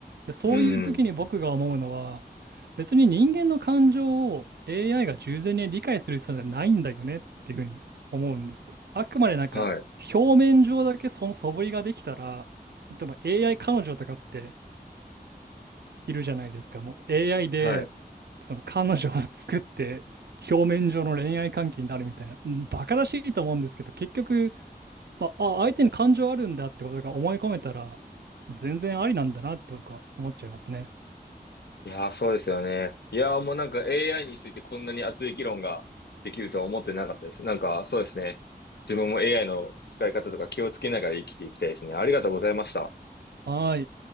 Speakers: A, on the right; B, on the left.
A: で、そういう時に僕が思うのは、
B: うん。
A: 別に人間の感情を AI が従前に理解する必要なんてないんだよねっていうふうに思うんですよ。あくまでなんか表面上だけその素振りができたら、
B: はい。
A: 例えば AI 彼女とかっているじゃないですか。もう AI で、
B: はい。
A: その彼女を作って、表面上の恋愛関係になるみたいな、うんバカらしいと思うんですけど、結局、まあ、あ、相手に感情あるんだってことが思い込めたら、もう全然ありなんだなって僕は思っちゃいますね。
B: いやー、そうですよね。いやー、もうなんか AI についてこんなに熱い議論ができるとは思ってなかったです。なんか、そうですね。自分も AI の使い方とか気をつけながら生きていきたいですね。ありがとうございました。
A: はーい。